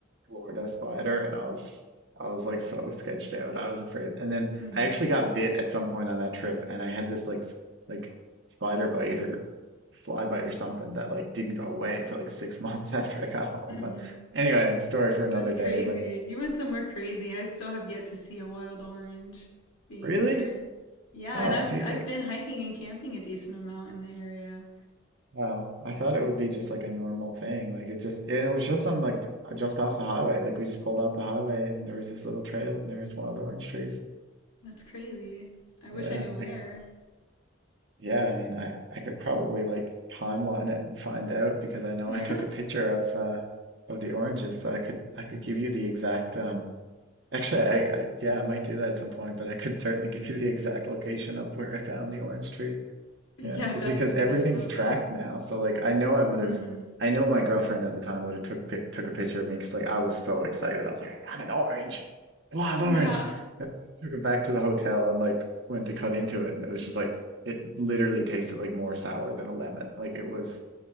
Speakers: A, on the right; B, on the left.
A: Florida spider and I was I was like so sketched out. I was afraid. And then
B: Mm-hmm.
A: I actually got bit at some point on that trip and I had this like s- like spider bite or fly bite or something that like didn't go away for like six <laughs> months after I got home.
B: Mm-hmm.
A: But anyway, story for another
B: That's crazy.
A: day. But
B: You went somewhere crazy. I still have yet to see a wild orange being
A: really?
B: here. Yeah,
A: Oh,
B: and I've
A: see,
B: I've
A: like
B: been hiking and camping a decent amount in the area.
A: wow. I thought it would be just like a normal thing. Like it just and it was just on like the- just off the highway. Like we just pulled off the highway and there was this little trail and there was wild orange trees.
B: That's crazy. I wish
A: Yeah,
B: I knew where.
A: I Yeah, I mean, I I could probably like timeline it and find out because I know
B: <laughs>
A: I took a picture of uh of the oranges, so I could I could give you the exact um actually I, I yeah I might do that at some point, but I could certainly give you the exact location of where I found the orange tree.
B: yeah,
A: Yeah, just
B: definitely.
A: because everything's
B: I'd love
A: tracked
B: that.
A: now. So like I know I would have
B: Mhm.
A: I know my girlfriend at the time would have took pi- took a picture of me because like I was so excited. I was like, I got an orange, wild orange.
B: Yeah.
A: And I took it back to the hotel and like went to cut into it and it was just like it literally tasted like more sour than a lemon. Like it was